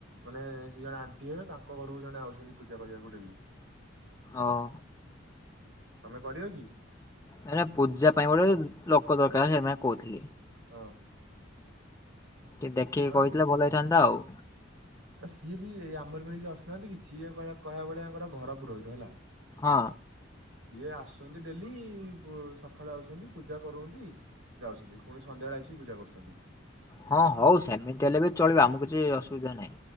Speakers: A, on the right; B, on the left.
A: ମାନେ ସେ ଜଣେ ଆଣ୍ଟି ହେବେ ତାଙ୍କ ଘରକୁ ଜଣେ ଆଉଛନ୍ତି ପୂଜା କରିବାକୁ ଡେଲି।
B: ହଉ।
A: ତମେ କରିବ କି?
B: ନା ନା ପୂଜା ପାଇଁ ଗୋଟେ ଲୋକ ଦରକାର ସେପାଇଁ କହୁଥିଲି।
A: ହଁ।
B: ଟିକେ ଦେଖିକି
A: ଆଁ।
B: କହିଥିଲେ ଭଲ ହେଇଥାନ୍ତା ଆଉ।
A: ସିଏ ବି ଆମର ବି ଏ ଯୋଉ ଆସୁନାହାନ୍ତି କି ସିଏ କହିବା ବଳିଆଙ୍କର ଘର ପୁରହିତ ହେଲା।
B: ହଁ।
A: ସିଏ ଆସୁଛନ୍ତି ଡେଲି-ସକାଳେ ଆଉଛନ୍ତି ପୂଜା କରୁନ୍ତୀ ଯାଉଛନ୍ତି ପୁଣି ସନ୍ଧ୍ୟାବେଳେ ଆସିକି ପୂଜା କରୁଛନ୍ତି।
B: ହଁ ହଉ ସେମିତି ହେଲେ ବି ଚଳିବ ଆମକୁ ଯେ ଅସୁବିଧା ନାହିଁ।